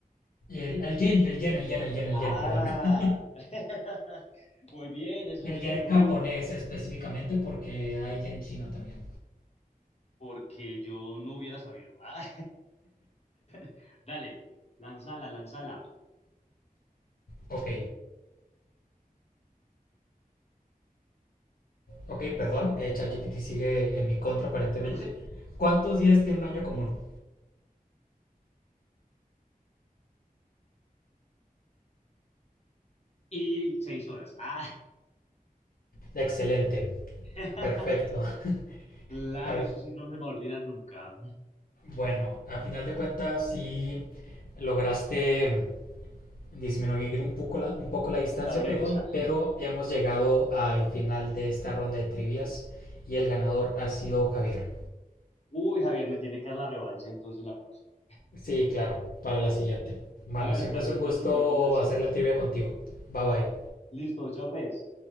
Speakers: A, on the left; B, on the left.
A: El, el yen, el yen, el yen, el yen,
B: Ah,
A: el yen, perdón. <laughs>
B: <laughs> muy bien, es el
A: El
B: yen,
A: yen
B: uy,
A: japonés específicamente porque hay yen chino también.
B: porque yo no hubiera sabido. Ah, <laughs> dale, lánzala, lánzala.
A: Ok, ok, perdón. Eh, ChatGPT sigue en mi contra aparentemente.
B: <laughs>
A: ¿Cuántos días tiene un año común?
B: Y seis horas. Ah.
A: Excelente,
B: <laughs>
A: perfecto.
B: Claro,
A: <laughs> Javi.
B: eso sí no se me va a olvidar nunca.
A: Bueno, a final de cuentas sí lograste disminuir un poco la, un poco la distancia,
B: La brecha.
A: perdón, pero hemos llegado al final de esta ronda de trivias y el ganador ha sido Javier.
B: Uy, Javier, me tiene que dar la revancha entonces la próxima.
A: Sí, claro, para la siguiente. Bueno,
B: Hágale
A: siempre
B: placer,
A: es un
B: entonces
A: gusto
B: nos vemos la siguiente.
A: hacer la trivia contigo. Bye bye.
B: Listo, chao pues.